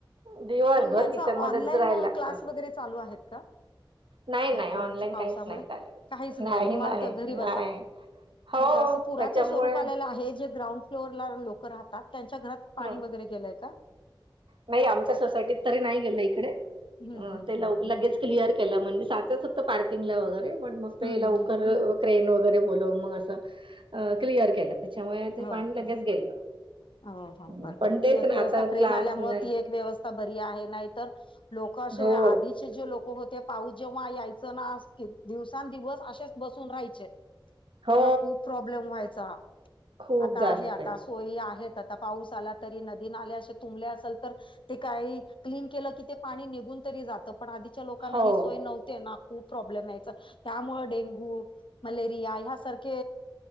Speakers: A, on the right; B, on the left.
A: दिवसभर
B: मग हचा
A: किचन मध्येच
B: ऑनलाईन
A: राहायला लागतं
B: क्लास
A: असं.
B: वगैरे चालू आहेत का
A: नाही
B: ह्या
A: नाही ऑनलाईन
B: पोनाच्या
A: काहीच
B: पावसामुळे
A: नाही चालेल
B: काहीच नाही निवांत घरीबसा
A: नाही हो
B: मग असं पुराचं
A: त्याच्यामुळे
B: स्वरूप आलेलं आहे जे ग्राउंड फ्लोअर ला लोक राहतात त्यांच्या घरात
A: हम्म
B: पाणी वगैरे गेलायच
A: नाही आमच्या सोसायटीत तरी नाही गेलं इकडे
B: हम्म हम्म
A: ते ल
B: हम्म
A: लगेच क्लिअर केला म्हणजे साचत फ होक्त पार्किंगला वगैरे पण मग ते
B: हम्म हम्म
A: लवकर
B: हम्म
A: क्रेन वगैरे बोलून मग असं क्लिअर केलं त्याच्यामुळे ते पाणी
B: हो
A: लगेच
B: का
A: गेलं
B: हो हो बरोबर
A: पण
B: ती
A: तेच
B: एक
A: ना
B: व्यवस्था
A: आता
B: क्रेन
A: क्लास
B: आल्यामुळे
A: नाही
B: ती एक व्यवस्था बरी आहे नाही तर लोक असे
A: हो
B: आधीच् जे लोक होते पाऊस जेव्हा यायचं ना क दिवसां दििवस असेच बसून राहायचे
A: हो
B: त्यांना खूप प्रॉब्लेम व्हायचा
A: खूप
B: आता
A: जास्त
B: आहे आ सोय आहे आ पाऊस आलारी नदी तुंब असेल तर ते काही क्लीन के क ते पाणी निघून तरी जात पण आधीच्या लोकना
A: हो
B: ही सोय नव्हते ना खूप प्रॉब्लेम यायच त्यामुळें डेंगू मलेरिया ह्यासारखे.